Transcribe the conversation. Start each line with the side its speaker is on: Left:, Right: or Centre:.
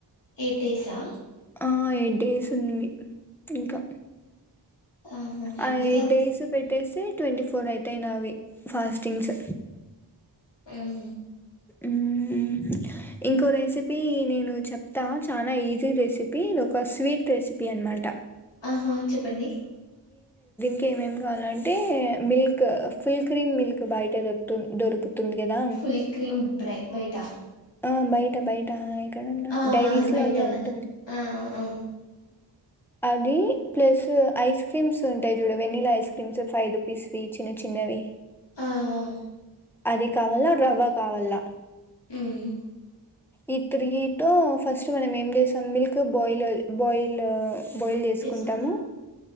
Left: ఎయిట్ డేసా
Centre: ఆ ఎయిట్ డేస్ ఉంది ఇంకా
Left: ఆహా అయిపోతాదిలే
Centre: ఆ ఎయిట్ డేస్ పెట్ ట్టేసే ట్వంటీ ఫోర్ అయితేయి నావి ఫాస్టింగ్స్
Left: ఆహ
Centre: ఉ ఇంకో రెసిపీ నేను చెప్తా చాలా ఈజీ రెసిపీ ఇది ఒక స్వీట్ రెసిపీ అనమాట
Left: ఆహా చెప్పండి
Centre: ఇంకేమేమి కావాలంటే మిల్క్ ఫుల్ క్రీమ్ మిల్క్ బయటే దొ దొరుకుతుంది కదా
Left: ఫుల్ క్రీమ్ బ్రై బయటా
Centre: ఆ బయట బయట ఎక్కడన్నా
Left: ఆ
Centre: డైవీస్
Left: బయటన
Centre: లోలాట్లా ఉంటుంది
Left: ఆ ఆ
Centre: అది ప్లస్ ఐస్ క్రీమ్స్ ఉంటయ్ జూడవెెనీలాయిస్ క్రీమ్స్ ఫైవ్ రూపీస్ వీచ్ చిన్న చిన్నవి
Left: ఆహ్
Centre: అద కావల్ల డ్రవ్వ కావల్ల
Left: ఉమ్
Centre: ఈ తిరిగిటో ఫస్ట్ మనం ఏం చేస్సాం మిల్క్ బాయిలు బాయిల్ బొయిల్ చేసుకుంటాము
Left: చేసుకొని